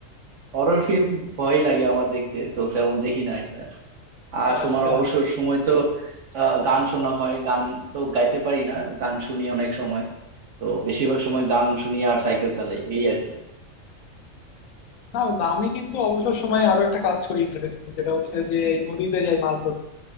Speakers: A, on the right; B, on the left.
A: হরর ফিল্ম ভয় লাগে আমার দেখতে তো তেমন দেখি না একটা আর
B: আচ্ছা
A: তোমার অবসর সময় তো আহ, গান শোনা হয় গান তো গাইতে পারি না গান শুনি অনেক সময় তো বেশিরভাগ সময় গান শুনি আর সাইকেল চালাই এই আর কি
B: না না, আমি কিন্তু অবসর সময়ে আরো একটা কাজ করি ইন্টারেস্টিং সেটা হচ্ছে যে নদীতে যাই মাছ ধরতে